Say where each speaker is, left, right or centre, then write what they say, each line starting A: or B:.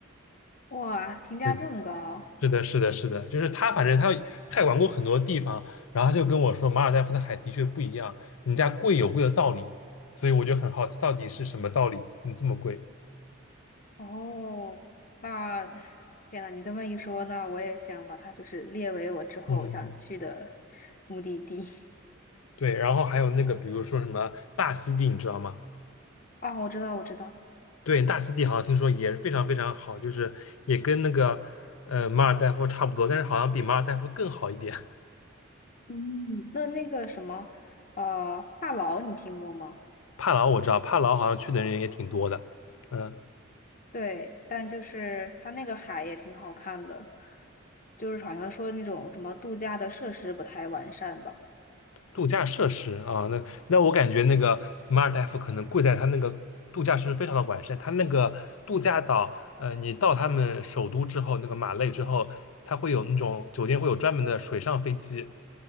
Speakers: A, on the left (about 40°); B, on the left (about 80°).
A: 哇，评价这么高。
B: 对，是的，是的，是的，就是他，反正他他也玩过很多地方，然后他就跟我说，马尔代夫的海的确不一样，人家贵有贵的道理，所以我就很好奇，到底是什么道理，你这么贵？
A: 哦，那天呐，你这么一说，那我也想把它就是列为我之后想去的
B: 嗯，
A: 目的地。<laughs>
B: 对，然后还有那个，比如说什么大溪地，你知道吗？
A: 啊，我知道，我知道。
B: 对，大溪地好像听说也是非常非常好，就是也跟那个呃马尔代夫差不多，但是好像比马尔代夫更好一点。<laughs>
A: 嗯，那那个什么，呃，帕劳你听过吗？
B: 帕劳我知道，帕劳好像去的人也挺多的，嗯、
A: 对，但就是它那个海也挺好看的，就是好像说那种什么度假的设施不太完善吧。
B: 度假设施啊，那那我感觉那个马尔代夫可能贵在它那个度假设施非常的完善，它那个度假岛，呃，你到他们首都之后，那个马累之后，它会有那种酒店会有专门的水上飞机，